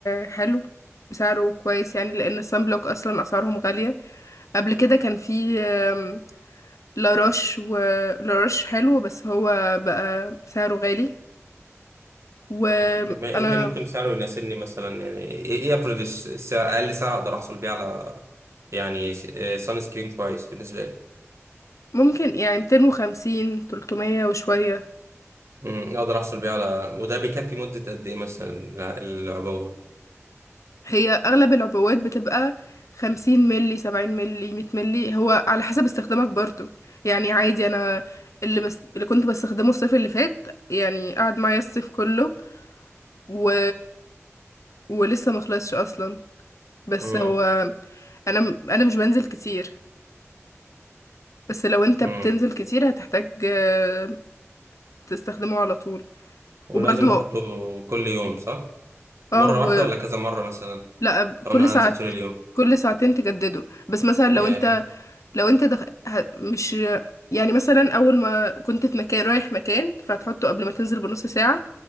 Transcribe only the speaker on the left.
حلو سعره كويس يعني لأن الصن بلوك أصلا أسعارهم غالية قبل كده كان في آم، لاروش و لاروش حلو بس هو بقى سعره غالي وأنا
ممكن يعني 250 300 وشوية
هي اغلب العبوات بتبقى خمسين ملي سبعين ملي مية ملي هو على حسب استخدامك برضو يعني عادي انا اللي بس اللي كنت بستخدمه الصيف اللي فات يعني قعد معايا الصيف كله و ولسه ما خلصش اصلا بس
هو انا انا مش بنزل كتير بس لو انت
بتنزل كتير هتحتاج آه، تستخدمه على طول
وبرضو
اه
و...
لا
كل
ساعة
كل ساعتين تجدده بس مثلا
لو انت لو انت دخ... ه... مش يعني مثلا اول ما كنت في مكان رايح مكان فهتحطه قبل ما تنزل بنص ساعة